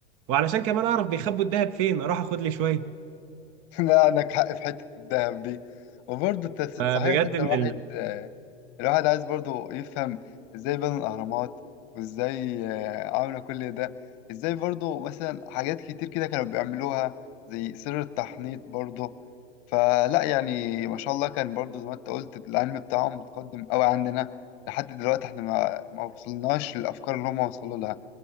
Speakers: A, on the right; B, on the left.
A: وعلشان كمان اعرف بيخبوا الذهب فين اروح اخد لي شوية
B: <laughs> لا عندك حق في حتة الذهب دي وبرضه التس-
A: فبجد
B: صحيح حتى
A: من
B: الواحد
A: ال...
B: آه، الواحد عايز برضه يفهم ازاي بنوا الأهرامات وازاي آه، عملوا كل ده ازاي برضه مثلا حاجات كتير كده كانوا بيعملوها زي سر التحنيط برضه فلا يعني ما شاء الله كان برضه زي ما انت قلت العلم بتاعهم متقدم قوي عننا لحد دلوقتي احنا ما, ما وصلناش للأفكار اللي هم وصلوا لها